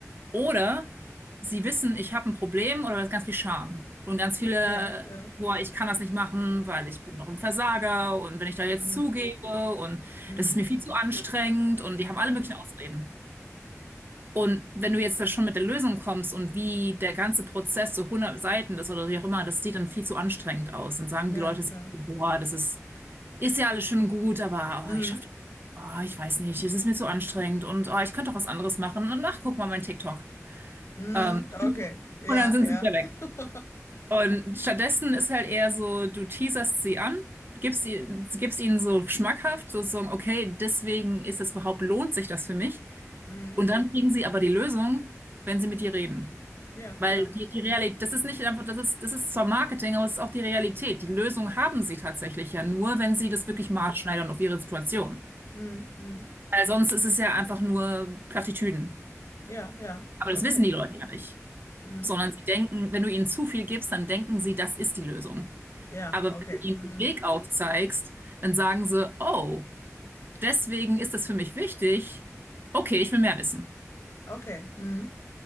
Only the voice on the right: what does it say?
Oder sie wissen, ich habe ein Problem oder da ist ganz viel Scham und ganz viele,
boah, ich kann das nicht machen, weil ich bin doch ein Versager und wenn ich da jetzt
zugebe und
das ist mir viel
zu anstrengend und die haben alle möglichen Ausreden. Und wenn du jetzt da schon mit der Lösung kommst und wie der ganze Prozess so hundert Seiten ist oder wie auch immer, das sieht dann viel zu anstrengend aus. Dann sagen
die Leute, sich
so, boah, das ist, ist ja alles schön und gut, aber
oh, ich schaffe, oh, ich weiß nicht, es ist mir zu anstrengend und oh, ich könnte doch was anderes machen und ach, guck mal mein TikTok.
Ähm,
und dann sind
sie wieder weg.
Und stattdessen ist halt eher so, du teaserst sie an, gibst ihnen, gibst ihnen so schmackhaft, sozusagen, okay, deswegen ist es überhaupt, lohnt sich das für mich.
Und dann kriegen sie aber die Lösung, wenn sie mit dir reden.
Weil
die, die Realität, das ist nicht einfach, das ist, das ist zwar Marketing, aber es ist auch die Realität. Die Lösung haben sie tatsächlich ja nur, wenn sie das
wirklich maßschneidern auf ihre Situation.
Weil sonst ist es ja einfach nur Plattitüden.
Aber
das wissen die Leute ja nicht.
Sondern sie denken, wenn du ihnen zu viel gibst, dann denken sie, das ist die Lösung.
Aber
wenn du ihnen
den Weg aufzeigst, dann sagen sie, oh, deswegen ist das für mich wichtig. Okay, ich will mehr wissen.